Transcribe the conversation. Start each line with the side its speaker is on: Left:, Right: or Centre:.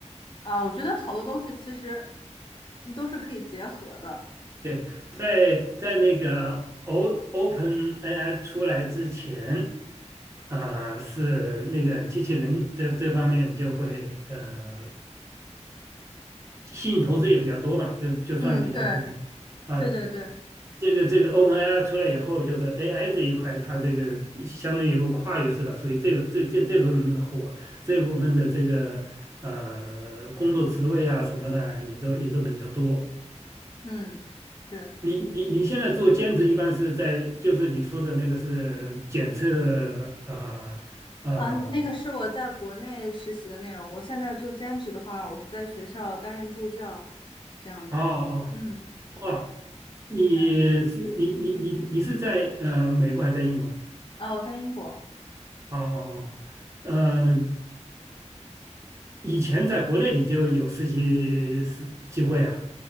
Left: 啊，我觉得好多东西其实都是可以结合的。
Right: 对，在在那个 O Open AI 出来之前，啊、是那个机器人这这方面就会呃吸引投资也比较多嘛，就就算比较火嘛。
Left: 嗯，对
Right: 啊、
Left: 对对对，
Right: 这个这个 OpenAI 出来以后，就是 AI 这一块，它这个相当于一个跨越式的，所以这这这这部分的火，这部分的这个呃工作职位啊什么的，也都也都比较多。
Left: 嗯。是。
Right: 你你你现在做兼职，一般是在就是你说的那个是检测啊啊呃
Left: 嗯，呃那个是我在国内实习的内容。我现在做兼职的话，我是在学校担任助教，这样子。
Right: 呃哦
Left: 嗯，
Right: 哦哦，你是你你你你是在呃美国还是在英国啊
Left: 对。啊，我在英国。
Right: 哦。哦哦呃，以前在国内你就有实习实机会啊？